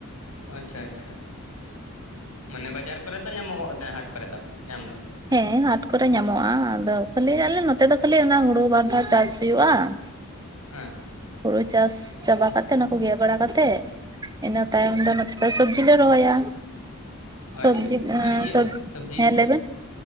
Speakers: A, on the left; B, on the right.
A: ᱟᱪᱪᱷᱟ ᱟᱪᱪᱷᱟ ᱢᱟᱱᱮ ᱵᱟᱡᱟᱨ ᱠᱚᱨᱮ ᱫᱚ ᱧᱟᱢᱚᱜᱚᱜ ᱛᱟᱦᱮᱸ ᱦᱟᱴ ᱠᱚᱨᱮ ᱫᱚ ᱧᱟᱢ ᱫᱚ᱾
B: ᱦᱮᱸ ᱦᱟᱴ ᱠᱚᱨᱮ ᱧᱟᱢᱚᱜᱼᱟ ᱟᱫᱚ ᱠᱷᱟᱞᱤ ᱟᱞᱮ ᱱᱚᱛᱮ ᱫᱚ ᱠᱷᱟᱹᱞᱤ ᱚᱱᱟ ᱦᱩᱲᱩ ᱵᱟᱨ ᱫᱷᱟᱣ ᱪᱟᱥ ᱦᱩᱭᱩᱜᱼᱟ᱾ <inaudible>
A: ᱦᱮᱸ,
B: ᱦᱩᱲᱩ ᱪᱟᱥ ᱪᱟᱵᱟ ᱠᱟᱛᱮᱜ ᱚᱱᱟᱠᱚ ᱜᱮᱫ ᱵᱟᱲᱟ ᱠᱟᱛᱮᱫ᱾ ᱤᱱᱟᱹ ᱛᱟᱭᱚᱢ ᱫᱚ ᱱᱚᱛᱮ ᱫᱚ ᱥᱚᱵᱽᱡᱤ ᱞᱮ ᱨᱚᱦᱚᱭᱟ᱾ ᱥᱚᱵᱡᱤ
A: ᱟᱪᱪᱷᱟ ᱟᱪᱪᱷᱟ ᱟᱨ ᱤᱭᱟᱹ
B: ᱥᱚᱵ
A: ᱥᱚᱵᱽᱡᱤ
B: ᱦᱮᱸ ᱞᱟᱹᱭᱵᱮᱱ?